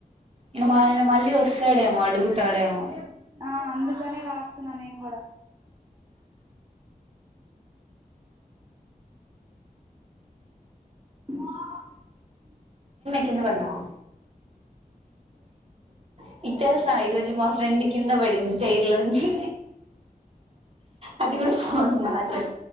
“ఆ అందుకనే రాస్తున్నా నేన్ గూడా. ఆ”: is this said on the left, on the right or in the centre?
Right